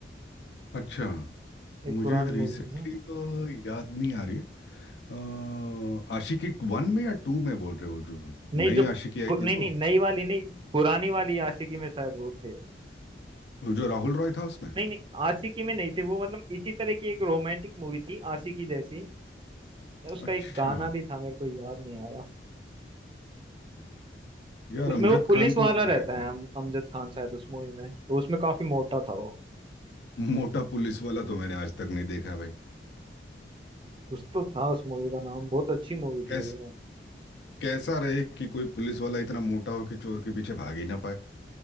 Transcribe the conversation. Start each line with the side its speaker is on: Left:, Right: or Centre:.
Left: अच्छा
Right: एक
Left: मुझे
Right: पुरानी
Left: रिसेंटली
Right: मूवी थी ना
Left: तो याद नहीं आ रही अ, आशिकी वन में या टू में बोल रहे हो जो
Right: नहीं
Left: नई
Right: जो पु-
Left: आशिकी आई
Right: नहीं
Left: थी
Right: नहीं
Left: वो
Right: नई वाली नहीं पुरानी वाली आशिकी में शायद वो थे
Left: जो राहुल रॉय था उसमें
Right: नहीं नहीं आशिकी में नहीं थे वो मतलब इसी तरह की एक रोमांटिक मूवी थी आशिकी जैसी उसका
Left: अच्छा
Right: एक गाना भी था मेरे को याद नहीं आ रहा
Left: यार
Right: उसमें
Left: अमजद
Right: वो पुलिस
Left: खान
Right: वाला
Left: को जीना
Right: रहता
Left: चाहिए
Right: है अम- अमजद खान शायद उस मूवी में तो उसमें काफी मोटा था वो
Left: मोटा पुलिस वाला तो मैंने आज तक नहीं देखा है भाई
Right: कुछ तो था उस मूवी का नाम बहुत अच्छी मूवी
Left: कैस,
Right: थी वो
Left: कैसा रहे कि कोई पुलिस वाला इतना मोटा हो कि चोर के पीछे भाग ही ना पाए